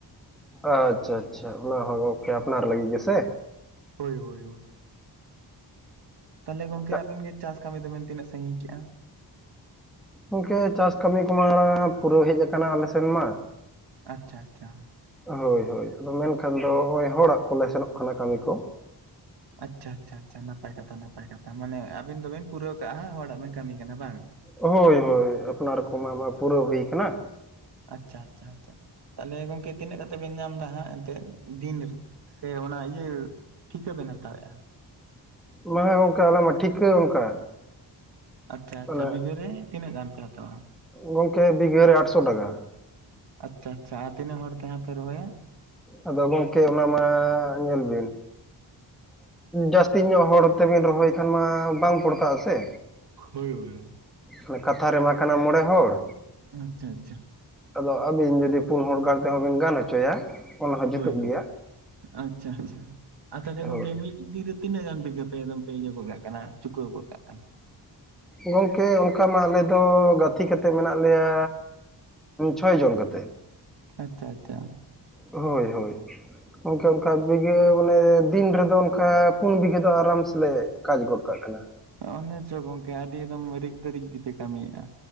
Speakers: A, in the centre; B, on the right.
A: ᱟᱪᱪᱷᱟ ᱟᱪᱪᱷᱟ ᱚᱱᱟ ᱦᱚᱸ ᱜᱚᱝᱠᱮ ᱟᱯᱱᱟᱨ ᱞᱟᱹᱜᱤᱜ ᱜᱮᱥᱮ
B: ᱦᱳᱭ ᱦᱳᱭ ᱦᱳᱭ ᱛᱟᱦᱚᱞᱮ ᱜᱚᱝᱠᱮ
A: ᱛᱟ-
B: ᱟᱵᱤᱱ ᱜᱮ ᱪᱟᱥ ᱠᱟᱹᱢᱤ ᱫᱚᱵᱮᱱ ᱛᱤᱱᱟᱹᱜ ᱥᱟᱹᱜᱤᱧ ᱠᱮᱜ ᱟ
A: ᱜᱚᱝᱠᱮ ᱪᱟᱥ ᱠᱟᱹᱢᱤ ᱠᱚᱢᱟ ᱯᱩᱨᱟᱹᱣ ᱦᱮᱡ ᱟᱠᱟᱱᱟ ᱟᱞᱮ ᱥᱮᱱ ᱢᱟ᱾
B: ᱟᱪᱪᱷᱟ ᱟᱪᱪᱷᱟ
A: ᱦᱳᱭ ᱦᱳᱭ ᱟᱫᱚ ᱢᱮᱱᱠᱷᱟᱱ ᱫᱚ ᱦᱚᱜᱚᱭ ᱦᱚᱲᱟᱜ ᱠᱚᱞᱮ ᱥᱮᱱᱚᱜ ᱠᱟᱱᱟ ᱠᱟᱹᱢᱤ ᱠᱚ
B: ᱟᱪᱪᱷᱟ ᱟᱪᱪᱷᱟ ᱟᱪᱪᱷᱟ ᱱᱟᱯᱟᱭ ᱠᱟᱛᱷᱟ ᱱᱟᱯᱟᱭ ᱠᱟᱛᱷᱟ ᱢᱟᱱᱮ ᱟᱵᱤᱱ ᱫᱚᱵᱤᱱ ᱯᱩᱨᱟᱹᱣ ᱠᱟᱜ ᱟ ᱦᱚᱲᱟᱜ ᱵᱮᱱ ᱠᱟᱹᱢᱤ ᱠᱟᱱᱟ ᱵᱟᱝ
A: ᱦᱳᱭ ᱦᱳᱭ ᱟᱯᱱᱟᱨ ᱠᱚᱢᱟ ᱢᱟ ᱯᱩᱨᱟᱹᱣ ᱦᱩᱭ ᱠᱟᱱᱟ
B: ᱟᱪᱪᱷᱟ ᱟᱪᱪᱷᱟ ᱟᱪᱪᱷᱟ ᱛᱟᱦᱞᱮ ᱜᱚᱝᱠᱮ ᱛᱤᱱᱟᱹᱜ ᱠᱟᱛᱮ ᱵᱮᱱ ᱧᱟᱢ ᱫᱟ ᱦᱟᱸᱜ ᱮᱱᱛᱮᱜ ᱫᱤᱱ ᱨᱮ ᱫᱚ ᱥᱮ ᱚᱱᱟ ᱤᱭᱟᱹ ᱴᱷᱤᱠᱟᱹ ᱵᱮᱱ ᱦᱟᱛᱟᱣᱮᱜᱼᱟ
A: ᱵᱟᱸᱝᱟ ᱜᱚᱝᱠᱮ ᱟᱞᱮ ᱢᱟ ᱴᱷᱤᱠᱟᱹ ᱚᱱᱠᱟ
B: ᱟᱪᱪᱷᱟ ᱟᱪᱪᱷᱟ
A: ᱚᱱᱮ
B: ᱵᱤᱜᱷᱟᱹ ᱨᱮ ᱛᱤᱱᱟᱹᱜ ᱜᱟᱱ ᱯᱮ ᱦᱟᱛᱟᱣᱟ।
A: ᱜᱚᱝᱠᱮ ᱵᱤᱜᱷᱟᱹ ᱨᱮ ᱟᱴᱥᱚ ᱴᱟᱠᱟ।
B: ᱟᱪᱪᱷᱟ ᱟᱪᱪᱷᱟ ᱟᱨ ᱛᱤᱱᱟ. ᱜ ᱦᱚᱲ ᱛᱮᱦᱟᱸᱜ ᱯᱮ ᱨᱚᱦᱚᱭᱟ?
A: ᱟᱫᱚ ᱜᱚᱝᱠᱮ ᱚᱱᱟ ᱢᱟ ᱧᱮᱞ ᱵᱤᱱ ᱡᱟᱹᱥᱛᱤ ᱧᱚᱜ ᱦᱚᱲ ᱛᱮᱵᱤᱱ ᱨᱚᱦᱚᱭ ᱠᱷᱟᱱ ᱢᱟ ᱵᱟᱝ ᱯᱚᱲᱛᱟᱜ ᱟᱥᱮ
B: ᱦᱳᱭ ᱵᱚᱭᱦᱟ
A: ᱚᱱᱟ ᱠᱟᱛᱷᱟ ᱨᱮᱢᱟ ᱠᱟᱱᱟ ᱢᱚᱬᱮ ᱦᱚᱲ
B: ᱟᱪᱪᱷᱟ ᱟᱪᱪᱷᱟ
A: ᱟᱫᱚ ᱟᱵᱤᱱ ᱡᱩᱫᱤ ᱯᱩᱱ ᱦᱚᱲ ᱜᱟᱱ ᱛᱮᱦᱚᱸ ᱵᱤᱱ ᱜᱟᱱ ᱦᱚᱪᱚᱭᱟ ᱚᱱᱟ ᱦᱚᱸ ᱡᱩᱛᱩᱜ
B: ᱦᱳᱭ ᱦᱳᱭ
A: ᱜᱮᱭᱟ
B: ᱟᱪᱪᱷᱟ ᱟᱪᱪᱷᱟ ᱟᱨ ᱛᱟᱦᱚᱞᱮ
A: ᱦᱳᱭ
B: ᱜᱚᱝᱠᱮ ᱢᱤᱫ ᱫᱤᱱᱨᱮ ᱛᱤᱱᱟᱹᱜ ᱜᱟᱱ ᱵᱤᱜᱷᱟᱹ ᱯᱮ ᱮᱠᱫᱚᱢ ᱯᱮ ᱤᱭᱟᱹ ᱜᱚᱫ ᱠᱟᱜ ᱠᱟᱱᱟ ᱪᱩᱠᱟᱹᱣ ᱜᱚᱫ ᱠᱟᱜ ᱠᱟᱱᱟ
A: ᱜᱚᱝᱠᱮ ᱚᱱᱠᱟ ᱢᱟ ᱟᱞᱮ ᱫᱚ ᱜᱟᱛᱮ ᱠᱟᱛᱮᱫ ᱢᱮᱱᱟᱜ ᱞᱮᱭᱟ ᱪᱷᱚᱭ ᱡᱚᱱ ᱠᱟᱛᱮᱜ
B: ᱟᱪᱪᱷᱟ ᱟᱪᱪᱷᱟ
A: ᱦᱳᱭ ᱦᱳᱭ ᱜᱚᱝᱠᱮ ᱚᱱᱠᱟ ᱵᱤᱜᱷᱟᱹ ᱵᱚᱞᱮ ᱫᱤᱱ ᱨᱮᱫᱚ ᱚᱱᱠᱟ ᱯᱩᱱ ᱵᱤᱜᱷᱟᱹ ᱫᱚ ᱟᱨᱟᱢ ᱥᱮᱞᱮ ᱠᱟᱡᱽ ᱜᱚᱫ ᱠᱟᱜ ᱠᱟᱱᱟ
B: ᱚᱱᱮ ᱪᱚ ᱜᱚᱝᱠᱮ ᱟᱹᱰᱤ ᱮᱠᱫᱚᱢ ᱨᱤᱠᱫᱟᱹ ᱨᱮᱠᱫᱤ ᱜᱮᱯᱮ ᱠᱟᱹᱢᱤᱭᱮᱜᱼᱟ।